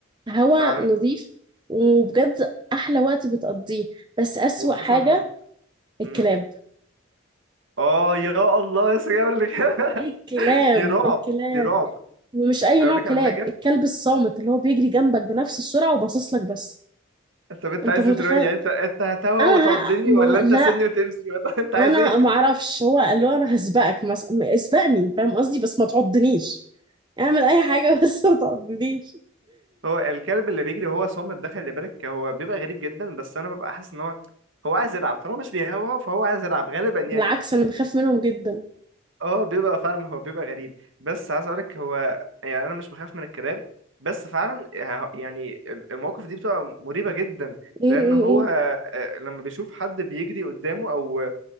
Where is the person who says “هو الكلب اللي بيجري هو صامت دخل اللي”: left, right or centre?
Right